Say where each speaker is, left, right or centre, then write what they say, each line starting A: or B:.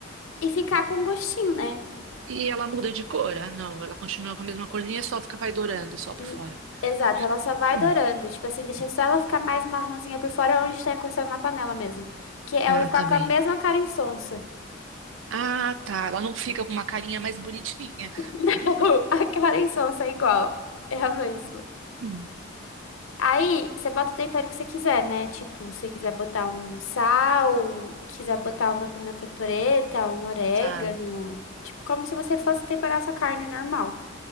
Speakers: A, on the left (about 80°); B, on the right (about 65°).
A: E ficar com gostinho, né?
B: E ela muda de cor? Ah, não. Ela continua com a mesma corzinha, só fica, vai dourando, só por
A: Hum,
B: fora.
A: Exato, ela só vai
B: Hum.
A: dourando. Tipo assim, deixa só ela ficar mais marronzinha por fora onde está encostando na panela mesmo. Que ela
B: Ah,
A: vai ficar
B: tá
A: com
B: bem.
A: a mesma cara insonsa.
B: Ah, tá. Ela não fica com uma carinha mais bonitinha.
A: <laughs> A cara insonsa é igual. É a mesma.
B: Hum,
A: Aí, você bota o tempero que você quiser, né? Tipo, se você quiser botar um sal, quiser botar uma pimenta preta, um orégano.
B: Tá,
A: Tipo, como se você fosse temperar sua carne normal.